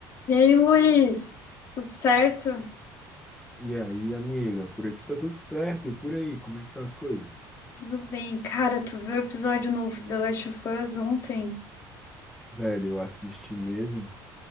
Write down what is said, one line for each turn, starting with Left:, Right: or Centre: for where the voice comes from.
Left: E aí, Luiz, tudo certo?
Centre: E aí, amiga, por aqui tá tudo certo. E por aí, como é que tá as coisas?
Left: Tudo bem. Cara, tu viu o episódio novo de The Last of Us ontem?
Centre: Velho, eu assisti mesmo.